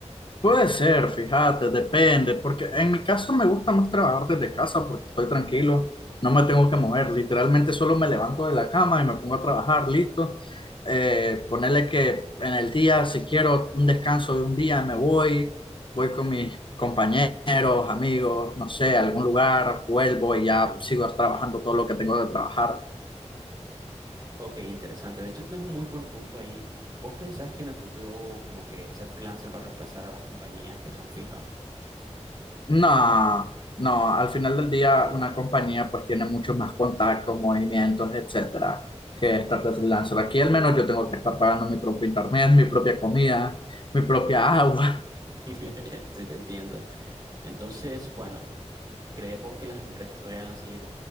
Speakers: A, on the left; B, on the right.
A: Puede ser, fíjate, depende, porque en mi caso me gusta más trabajar desde casa porque estoy tranquilo, no me tengo que mover, literalmente solo me levanto de la cama y me pongo a trabajar, listo. Eh, ponerle que en el día, si quiero un descanso de un día, me voy, voy con mis compañeros, amigos, no sé, a algún lugar, vuelvo y ya
B: Ok.
A: sigo trabajando todo lo que tengo de trabajar.
B: Ok, interesante. De hecho, tienes un muy buen punto ahí. ¿Vos pensás que en el futuro como que ser freelancer va a reemplazar a las compañías que son fijas?
A: No, no, al final del día una compañía pues tiene muchos más contactos, movimientos, etcétera, que estar de freelancer. Aquí al menos yo tengo que estar pagando mi propio internet, mi propia comida, mi propia agua,
B: <laughs> sí te entiendo. Entonces, bueno. ¿Crees vos que las empresas todavía van a seguir,